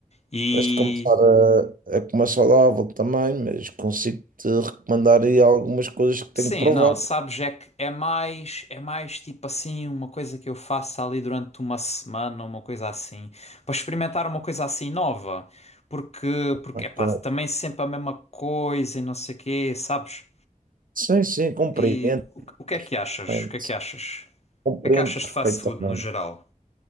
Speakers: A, on the left (about 50°); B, on the right (about 80°).
A: E
B: tens de começar a, a comer saudável também, mas consigo-te recomendar aí algumas coisas que tenho
A: sim,
B: provado.
A: não, sabes, é que é mais, é mais tipo assim, uma coisa que eu faço ali durante uma semana, uma coisa assim, para experimentar uma coisa assim nova. Porque, porque,
B: Ok.
A: pá, também sempre a mesma coisa e não sei quê, sabes?
B: Sim, sim, compreendo
A: E o, que o que é que achas?
B: perfeitamente.
A: O que é que achas?
B: Compreendo
A: O que é que achas
B: perfeitamente.
A: de fast food no geral?